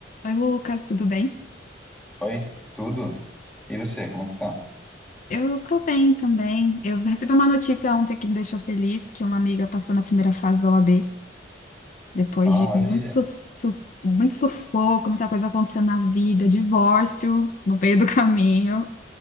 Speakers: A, on the left; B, in the centre.
A: Oi, Lucas, tudo bem?
B: Oi, tudo? E você, como é que tá?
A: Eu tô bem também. Eu recebi uma notícia ontem que me deixou feliz, que uma amiga passou na primeira fase da OAB, depois
B: Ah,
A: de
B: maravilha.
A: muito, sus- muito sufoco, muita coisa acontecendo na vida, divórcio no meio do <laughs> caminho.